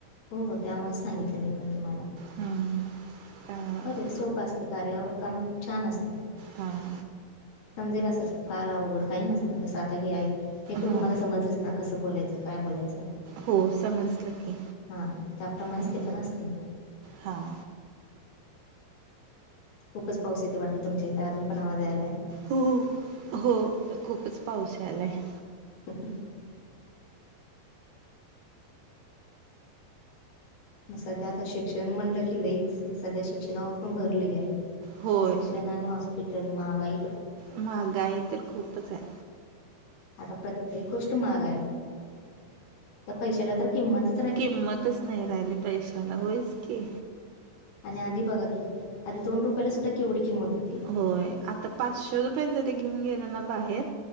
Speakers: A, on the left (about 60°); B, on the right (about 80°).
A: हो हो त्यांमुळेचं सांगितलं मी पणं तुम्हांला
B: हं. त्या-
A: हो ते सोपं असतं कार्यावर कामं खूंप छान असतं
B: हां
A: समजेल असं असतं फांर अवघंड कांहीं नसतं जसं आंता हे आहे हे पणं
B: हां
A: तुम्हांला समजलंच नां कसं बोलायचं कायं बोलायचं
B: हो समजलं की
A: हां त्यांप्रमाणेचं
B: हं.
A: ते पणं असतें
B: हां
A: खूपचं पाऊस येते वाटतो तुमच्यां अजूंन पणं आवांज यांयला आहे
B: हो हो खूपचं पाऊस यांयला आहे
A: असचं मंग संध्या आंता शिक्षणं म्हंलं की लईच संध्या शिक्षणांवर पणं भरं लंय आहे
B: होय
A: शिक्षणं आणि हॉस्पिटल महांगाई
B: महागांई तरं खूपचं आहे
A: आंता प्रत्येक गोष्ट महागं आहे तरं पैशाला तरं किंमत
B: किंमतचं नाहीं राहिली पैशाला होयंच की
A: आणि आंधी बघं की आंधी दोन रुपयांला सुद्धां केवढी किंमत होती
B: होयं आंता पाचशे रुपये जरी घेऊंन गेलं नां बाहेर